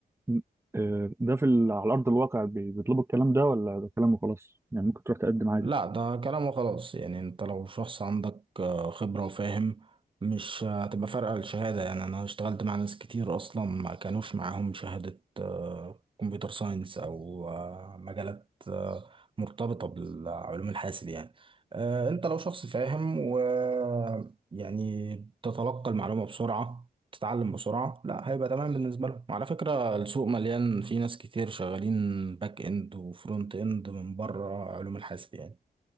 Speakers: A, on the right; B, on the right.
A: م- آه، ده في ال- على ارض الواقع بي- بيطلبوا الكلام ده ولا ده كلام وخلاص يعني ممكن تروح تقدم عادي
B: لا ده كلامه خلاص يعني انت لو شخص عندك آه، خبرة وفاهم مش هتبقى فارقة الشهادة يعني انا اشتغلت مع ناس كتير اصلا ما كانوش معاهم شهادة آه، كمبيوتر ساينس او آه، مجالات آه، مرتبطة بالعلوم الحاسب يعني آه، انت لو شخص فاهم و آه، يعني تتلقى المعلومة بسرعة تتعلم بسرعة لا هيبقى تمام بالنسبة لهم وعلى فكرة السوق مليان في ناس كتير شغالين باك اند وفرونت اند من بره علوم الحاسب يعني